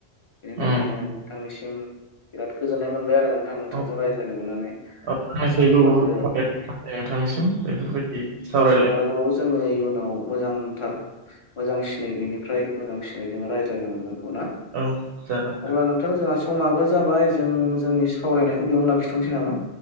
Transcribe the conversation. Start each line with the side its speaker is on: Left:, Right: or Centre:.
Left: बिनि थाखायनो
Right: उम
Left: नोंथांनिसिम बिराद गोजोननाय मोनबाय आरो नोंथां नोंथांजों
Right: औ
Left: रायज्लायनो मोननानै
Right: औ आंनिफ्रायबो
Left: आसा खालामदों
Right: बहुद साबायखर नोंथांनिसिम बेफोरबायदि सावराय
Left: जों आरोबाव जोङो इयुनाव मोजांथार मोजां सिनाय बेनिफ्राय मोजां सिनाय जोङो रायज्लायनो मोनगोन ‌। <unintelligible>
Right: औ जागोन
Left: अब्ला नोंथां जोंहा स समाबो जाबाय जों जोंनि सावरायनायखौ बेयावनो लाखिथ'नोसै नामा?